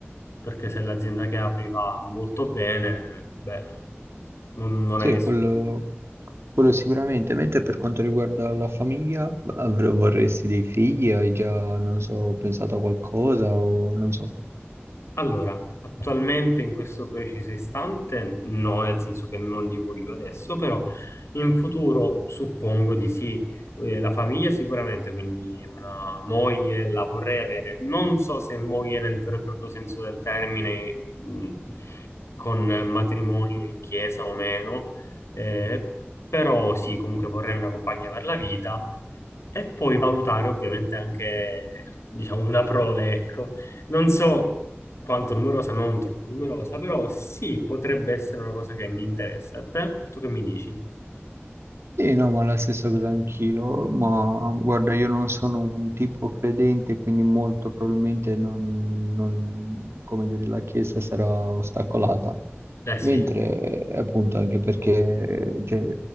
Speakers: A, on the left; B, on the right.
A: Perché se l'azienda che apri va molto bene, beh, non, non
B: Sì,
A: hai nessun...
B: quello, quello sicuramente. Mentre per quanto riguarda la famiglia, avr- vorresti dei figli? Hai già, non so, pensato a qualcosa o non so.
A: Allora, attualmente in questo preciso istante no, nel senso che non li voglio adesso, però in futuro suppongo di sì. Eh, la famiglia sicuramente, quindi una moglie la vorrei avere. Non so se moglie nel vero e proprio senso del termine, mh, con matrimonio in chiesa o meno, eh, però sì, comunque vorrei una compagna per la vita. E poi valutare ovviamente anche, diciamo, una prole, ecco. Non so quanto numerosa, non troppo numerosa, però sì, potrebbe essere una cosa che mi interessa. A te? Tu che mi dici?
B: Sì, no, ma la stessa cosa anch'io, ma guarda, io non sono un tipo credente, quindi molto probabilmente non, non- come dire, la Chiesa sarà ostacolata.
A: Eh sì,
B: Mentre, eh, appunto, anche perché cioè,